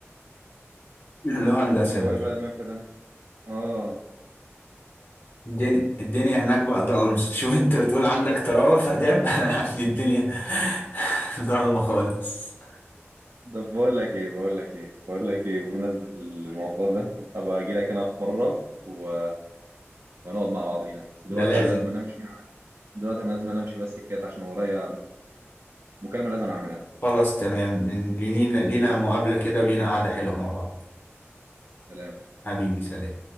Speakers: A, on the left; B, on the right.
A: <laughs> اللي هو هندسه
B: اللي هو
A: بقى
B: ايه بقى المنفى ده اه
A: الدنيا الدنيا هناك بقى ضلمة <laughs> شوف انت بتقول عندك طراوة في آداب <laughs> انا عندي الدنيا <laughs> ضلمة خالص
B: طب بقول لك ايه بقول لك ايه بقول لك ايه بمناسبة الموضوع ده ابقى اجي لك انا في مرة و... ونقعد مع بعضينا بس دلوقتي
A: ده لازم
B: انا لازم أنا امشي دلوقتي انا لازم أنا امشي بس كده عشان ورايا مكالمة لازم أنا اعملها
A: خلاص تمام لينا لينا مقابلة كده ولينا قعدة حلوة مع بعض
B: سلام
A: حبيبي سلام